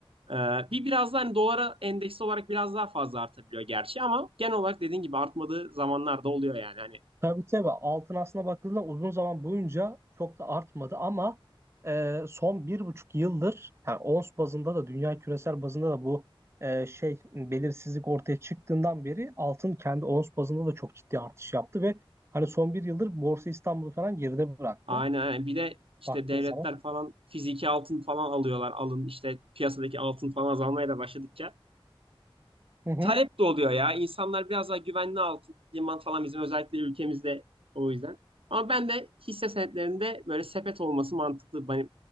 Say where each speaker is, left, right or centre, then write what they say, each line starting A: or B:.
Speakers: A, on the right; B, on the right.
A: e, bir biraz daha hani dolara endeksli olarak biraz daha fazla artabiliyor gerçi ama genel olarak dediğin gibi artmadığı zamanlar da oluyor yani. Hani
B: tabii tabii altın aslına bakıldığında uzun zaman boyunca çok da artmadı ama e, son bir buçuk yıldır yani ons bazında da dünya küresel bazında da bu e, şey belirsizlik ortaya çıktığından beri altın kendi ons bazında da çok ciddi artış yaptı ve hani son bir yıldır Borsa İstanbul'u falan geride bıraktı
A: aynen aynen. bir de işte
B: baktığın
A: devletler
B: zaman.
A: falan fiziki altın falan alıyorlar. Alın işte piyasadaki altın falan azalmaya da başladıkça
B: Hı hı.
A: talep de oluyor ya. İnsanlar biraz daha güvenli altın, liman falan bizim özellikle ülkemizde o yüzden. Ama ben de hisse senetlerinde böyle sepet olması mantıklı bana